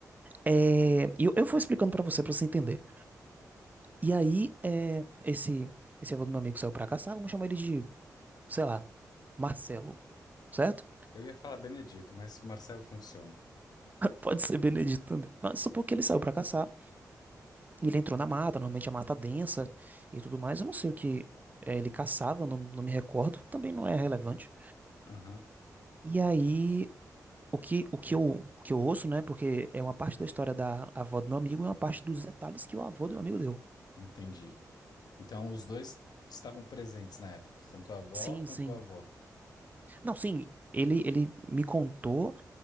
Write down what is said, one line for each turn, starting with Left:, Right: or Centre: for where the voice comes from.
Right: É, e eu, eu vou explicando para você, para você entender. E aí, é, esse, esse avô do meu amigo saiu para caçar. Vamos chamar ele de, sei lá, Marcelo. Certo?
Left: Eu ia falar Benedito, mas Marcelo funciona.
Right: <laughs> Pode ser Benedito também. Mas supor que ele saiu para caçar. E ele entrou na mata, normalmente a mata densa e tudo mais. Eu não sei o que eh, ele caçava, não, não me recordo, também não é relevante.
Left: Aham,
Right: E aí, o que, o que eu, o que eu ouço, né? Porque é uma parte da história da avó do meu amigo e uma parte dos detalhes que o avô do meu amigo deu.
Left: entendi. Então, os dois estavam presentes na época, tanto a avó
Right: Sim,
Left: quanto
Right: sim.
Left: o avô.
Right: Não, sim, ele, ele me contou